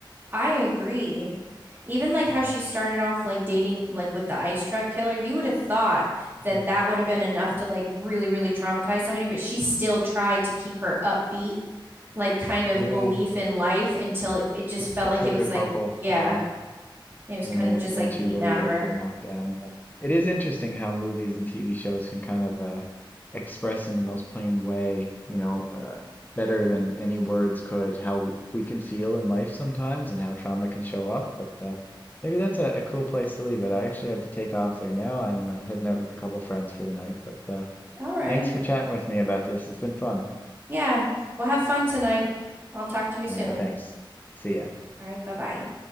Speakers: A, on the right; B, on the left.
A: I agree. Even like
B: mm
A: how she started off like dating like with the ice truck killer, you would have thought that
B: mm.
A: that would have been enough to like really, really traumatize somebody, but she still tried to keep her upbeat, like kind of
B: Yeah,
A: belief in life until it, it just
B: it,
A: felt
B: it
A: like
B: took
A: it was
B: a couple,
A: like, yeah,
B: yeah,
A: it was
B: and
A: kind
B: then
A: of just
B: then
A: like
B: she
A: beaten
B: really
A: out
B: did
A: of her.
B: get knocked down. But it is interesting how movies and TV shows can kind of uh, express in the most plain way, you know, uh, better than any words could, how we can feel in life sometimes and how trauma can show up. But uh, maybe that's a, a cool place to leave it. I actually have to take off there now. I'm uh, heading out with a couple friends for the night, but uh,
A: All right.
B: thanks for chatting with me about this. It's been fun.
A: Yeah. Well, have fun tonight. I'll talk to you soon.
B: All right, thanks. See ya.
A: All right. Bye bye.